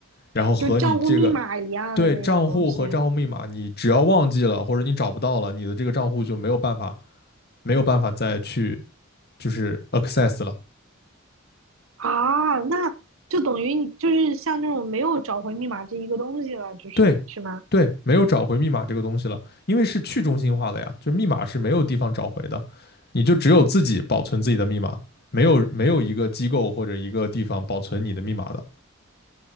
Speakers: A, on the left (about 50°); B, on the right (about 75°).
A: 然后和你这个
B: 就账户密码一样的那种东西
A: 对账户和账户密码，你只要忘记了或者你找不到了，你的这个账户就没有办法没有办法再去就是 access 了。
B: 啊，那就等于你就是像那种没有找回密码这一个东西了，就是是吗？
A: 对，对，没有找回密码这个东西了，因为是去中心化的呀，就密码是没有地方找回的，你就只有自己保存自己的密码，没有没有一个机构或者一个地方保存你的密码的。